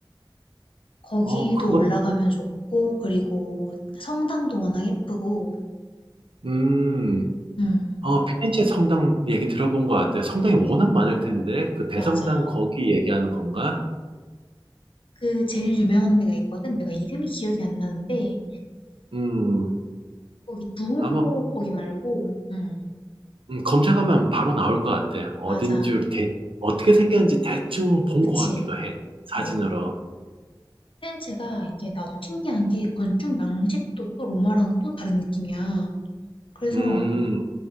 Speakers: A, on the left (about 85°); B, on the right (about 85°).
A: 거기도
B: 어, 그거,
A: 올라가면 좋고, 그리고 성당도 워낙 예쁘고,
B: 음.
A: 음,
B: 어, 피렌체 성당 얘기 들어본 것 같아. 성당이 워낙 많을 텐데, 그 대성당
A: 맞아.
B: 거기 얘기하는 건가?
A: 그 제일 유명한 데가 있거든? 내가 이름이 기억이 안 나는데,
B: 음,
A: 거기 두 오모
B: 아마,
A: 거기 말고, 음,
B: 음, 검색하면 바로 나올 것 같아. 어딘지,
A: 맞아.
B: 대, 어떻게 생겼는지 대충 본
A: 그치.
B: 것 같기도 해. 사진으로.
A: 어. 피렌체가 이게 나도 신기한 게 건축 양식도 또 로마랑 또 다른 느낌이야. 그래서
B: 음,